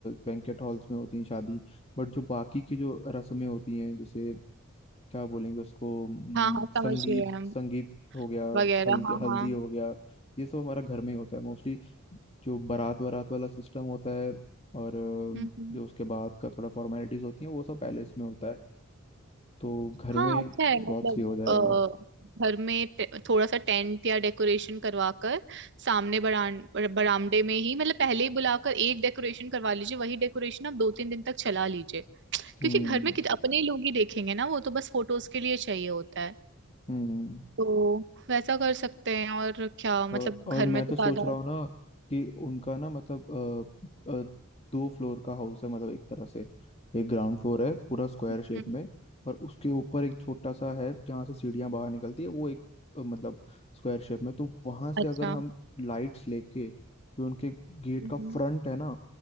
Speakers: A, on the left; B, on the right.
A: बैंकेट हॉल्स में होती हैं शादी बट जो बाकी की जो रस्में होती हैं जैसे क्या बोलेंगे उसको हम्म,
B: हाँ हाँ
A: संगीत
B: समझ गए हम
A: संगीत हो गया
B: वगैरह
A: हल्दी
B: हाँ
A: हल्दी
B: हाँ
A: हो गया ये सब हमारा घर में ही होता है मोस्टली जो बारात वारात वाला सिस्टम होता है और अ,
B: हम्म हम्म
A: जो उसके बाद का थोड़ा फॉर्मेलिटीज होती है वो सब पैलेस में होता है तो घर
B: हाँ
A: में
B: अच्छा है मतलब
A: बहुत सही हो जाएगा
B: अ, घर में टे- थोड़ा सा टेंट या डेकोरेशन करवा कर सामने बरान बरामदे में ही मतलब पहले ही बुलाकर एक डेकोरेशन करवा लीजिए वही डेकोरेशन आप दो तीन दिन तक चला लीजिए क्योंकि
A: हम्म
B: घर में कित- अपने लोग ही देखेंगे ना वो तो बस फोटोज के लिए चाहिए होता है
A: हम्म
B: तो वैसा कर सकते हैं और क्या मतलब
A: और और
B: घर
A: मैं
B: में तो
A: तो सोच
B: ज्यादा
A: रहा हूँ ना कि उनका ना मतलब अ, अ, दो फ्लोर का हाउस है मतलब एक तरह से एक ग्राउंड फ्लोर है पूरा स्क्वायर
B: हम्म,
A: शेप में और उसके ऊपर एक छोटा सा है जहाँ से सीढ़ियाँ बाहर निकलती है वो एक अ, मतलब स्क्वायर शेप में तो वहां से
B: अच्छा
A: अगर हम लाइट्स लेके जो उनके गेट
B: हम्म,
A: का फ्रंट है ना